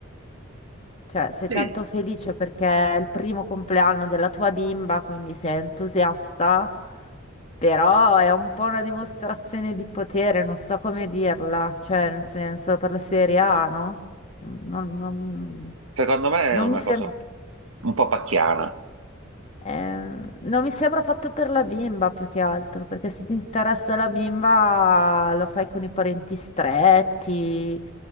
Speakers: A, on the left; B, on the right.
A: cioè sei
B: Sì,
A: tanto felice perché è il primo compleanno della tua bimba, quindi sei entusiasta, però è un po' una dimostrazione di potere, non so come dirla, cioè nel senso per la serie A, no? Non, non-
B: secondo me è
A: non
B: una
A: mi sembra...
B: cosa un po' pacchiana.
A: Eh, non mi sembra fatto per la bimba più che altro, perché se ti interessa la bimba lo fai con i parenti stretti,